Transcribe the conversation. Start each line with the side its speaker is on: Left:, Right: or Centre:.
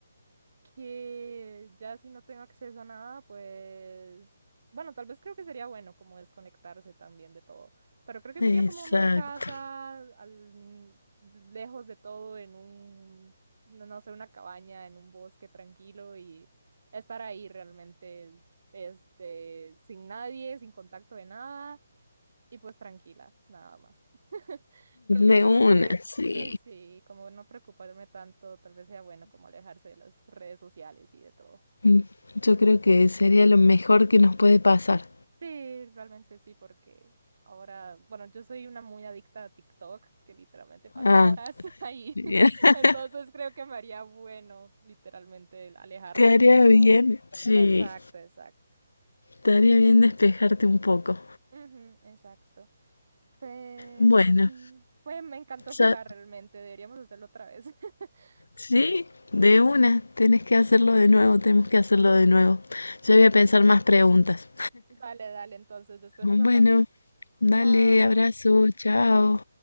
Right: que ya si no tengo acceso a nada, pues, bueno, tal vez creo que sería bueno como desconectarse también de todo, pero creo que
Left: exacto.
Right: me iría como a una casa al- mm, lejos de todo, en un, no, no sé, una cabaña, en un bosque tranquilo y estar ahí realmente, este, sin nadie, sin contacto de nada y pues tranquila, nada más. <laughs> Creo que
Left: De
Right: eso
Left: una,
Right: es lo que,
Left: sí.
Right: sí, sí, como no preocuparme tanto, tal vez sea bueno como alejarse de las redes sociales y de todo.
Left: Mm, Yo creo que sería lo mejor que nos puede pasar.
Right: Sí, realmente sí, porque ahora, bueno, yo soy una muy adicta a TikTok, que literalmente pasa
Left: Ah,
Right: horas <laughs> ahí.
Left: bien. <laughs>
Right: Entonces creo que me haría bueno, literalmente, el alejarme
Left: Te haría
Right: de todo.
Left: bien. Sí,
Right: Exacto, exacto.
Left: te haría bien despejarte un poco.
Right: Ujú, exacto. Pero
Left: Bueno,
Right: sí, fue, me encantó jugar
Left: ya-
Right: realmente, deberíamos hacerlo otra vez. <laughs>
Left: sí, de una. Tenés que hacerlo de nuevo, tenemos que hacerlo de nuevo. Yo voy a pensar más preguntas.
Right: Dale, dale, entonces después
Left: Bueno.
Right: nos hablamos.
Left: Dale,
Right: Chao.
Left: abrazo, chao.